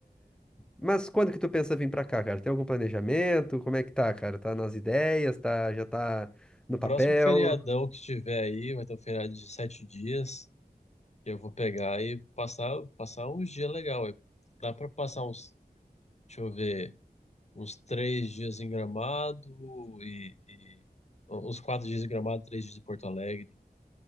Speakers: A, in the centre; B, on the left.
A: Mas quando que tu pensa vir pra cá, cara? Tem algum planejamento? Como é que tá, cara? Tá nas ideias? Tá, já tá no
B: O
A: papel?
B: próximo feriadão que tiver aí, vai ter um feriado de sete dias. Eu vou pegar e passar, passar uns dias legal. aí. Dá para passar uns, deixa eu ver. uns três dias em Gramado e, e uns quatro dias em Gramado, três dias em Porto Alegre.